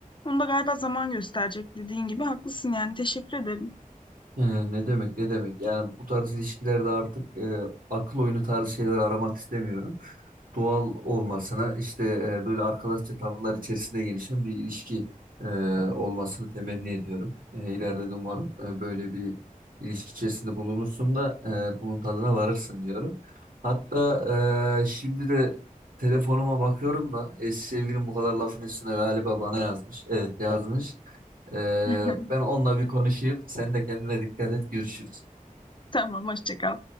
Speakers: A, on the left; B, on the right.
A: Bunu da galiba zaman gösterecek dediğin gibi haklısın yani teşekkür ederim.
B: Ee, ne demek ne demek yani bu tarz ilişkilerde artık e, akıl oyunu tarzı şeyler aramak istemiyorum. doğal olmasına işte e, böyle arkadaşça tavırlar içerisinde gelişen bir ilişki e, olmasını temenni ediyorum. E, ileride de umarım e, böyle bir ilişki içerisinde bulunursun da e, bunun tadına varırsın diyorum. Hatta e, şimdi de telefonuma bakıyorum da eski sevgilim bu kadar lafın üstüne galiba bana yazmış. Evet yazmış. E,
A: <laughs>
B: ben onunla bir konuşayım. Sen de kendine dikkat et. Görüşürüz.
A: Tamam hoşça kal.